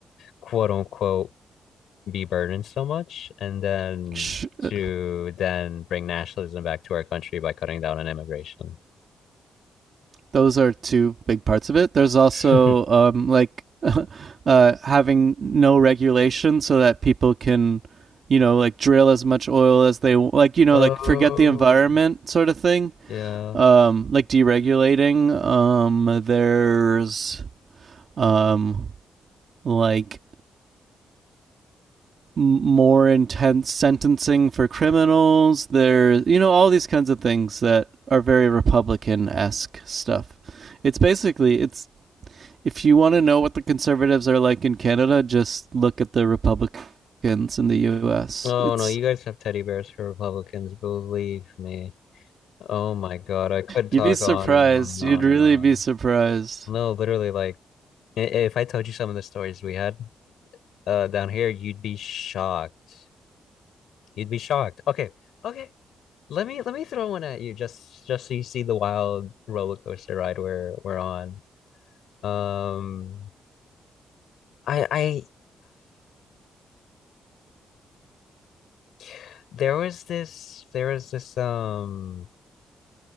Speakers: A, on the left; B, on the right.
A: quote unquote be burdened so much, and then
B: sh-
A: to
B: uh,
A: then bring nationalism back to our country by cutting down on immigration.
B: those are two big parts of it. There's also
A: <laughs>
B: um, like <laughs> uh, having no regulation so that people can, you know, like drill as much oil as they like, you know,
A: Oh,
B: like forget the environment sort of thing.
A: yeah.
B: Um, like deregulating. Um, there's um, like more intense sentencing for criminals. There, you know, all these kinds of things that are very Republican esque stuff. It's basically it's if you want to know what the conservatives are like in Canada, just look at the Republicans in the U.S.
A: Oh
B: It's
A: no, you guys have teddy bears for Republicans. Believe me. Oh my God, I could
B: you'd
A: talk
B: be surprised.
A: on and on and on
B: You'd really
A: and on.
B: be surprised.
A: No, literally, like i- if I told you some of the stories we had uh down here, you'd be shocked. You'd be shocked. Okay, okay. Let me let me throw one at you just just so you see the wild roller coaster ride we're we're on. Um, I I <sighs> there was this there was this um.